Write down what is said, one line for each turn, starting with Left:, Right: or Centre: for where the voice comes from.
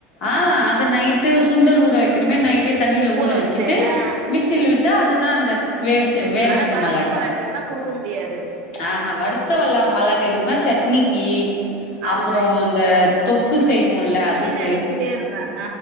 Left: ஆஹ் அ நைட்டு சுண்டல் ஊற வைக்கிறோமே நைட் தண்ணியில ஊற
Right: வச்சுட்டு
Left: வச்சிட்டு
Right: ஆ
Left: விசில் விட்டா அதுதான் அந்த வேக
Right: ஆனா
Left: வச்ச
Right: வறுத்த
Left: மலாட்ட
Right: மல்லாட்டில தா குடுக்க முடியாது
Left: ஆஹ வருத்த மலாட்ட எதுக்குனா சட்னி இ
Right: அதுதா
Left: அப்புறம் இந்தந்த தொக்கு செய்வோம்ல அதுக்கு
Right: நினைச்சிட்டேருந்தேன்